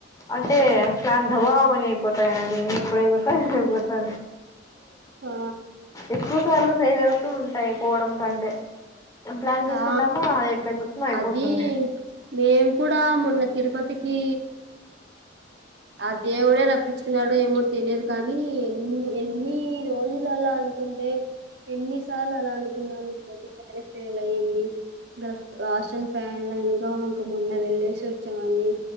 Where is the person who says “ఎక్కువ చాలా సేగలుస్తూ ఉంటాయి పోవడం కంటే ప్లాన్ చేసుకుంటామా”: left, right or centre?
Left